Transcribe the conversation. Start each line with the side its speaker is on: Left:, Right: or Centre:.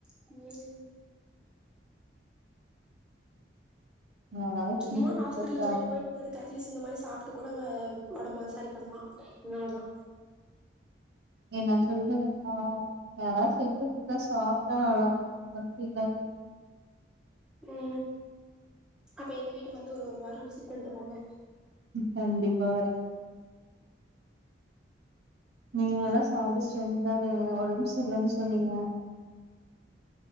Centre: போரு
Right: யாராவது
Centre: சும்மா
Right: செஞ்சு
Centre: ஹாஸ்பிடல்
Right: குடுத்தா
Centre: போயிட்டு போயிட்டு வர்ரதுக்கு ட்லீஸ்ட் இந்த மாரி சாப்ட்டு கூட உடம்ப சரி பண்லா அதனாலதா
Right: என்ன சொல்றதுன்னா யாறா செஞ்சு குட்தா சாப்ட்டா நல்ளா <inaudible>
Centre: உ அப்ப எங்க வீட்டுக்கு வந்து ஒரு ஒரு வாரோ விசிட் பண்ணிட்டு போங்க
Right: கண்டிப்பா வரே நீங்க நல்லா சாப்ட்டு ஸ்ட்ரென்த்தா இருங்க உடம்பு சரிலன்னு சொன்னீங்க